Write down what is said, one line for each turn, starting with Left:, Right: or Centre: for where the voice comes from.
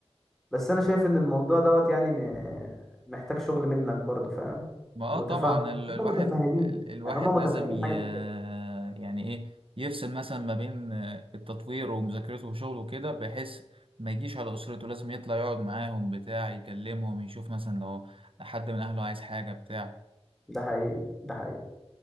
Centre: بس انا شايف ان الموضوع دوت يعني م- محتاج شغل منك برضه فاهم
Right: ما اه
Centre: وتفهم
Right: طبعا ال-
Centre: هم
Right: الواحد
Centre: متفاهمين
Right: ال- الواحد
Centre: يعني هم
Right: لازم
Centre: متفاهمين
Right: ي...
Centre: حاجة زي كده
Right: يعني ايه يفصل مثلا ما بين آه، التطوير ومذاكرته وشغله وكده بحيث ما يجيش على اسرته لازم يطلع يقعد معاهم بتاع يكلمهم يشوف مثلا لو حد من اهله عايز حاجة بتاع
Centre: ده حقيقي ده حقيقي